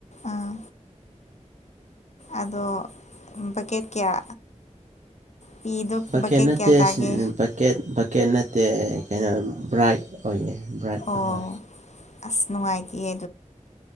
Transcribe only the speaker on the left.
ꯑꯥ ꯑꯗꯣ ꯕꯛꯀꯦꯠ ꯀꯌꯥ ꯄꯤꯗꯣ
ꯀꯌꯥ ꯇꯥꯒꯦ
ꯑꯣ
ꯑꯁ ꯅꯨꯡꯉꯥꯏꯇꯤꯌꯦ